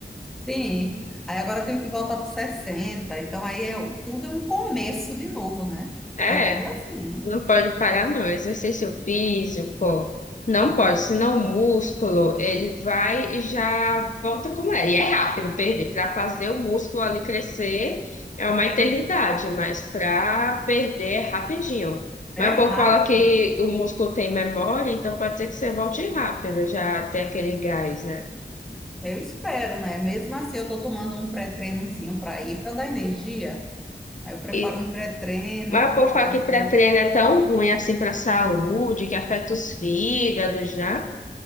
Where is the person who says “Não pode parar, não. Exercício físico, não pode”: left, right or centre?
Left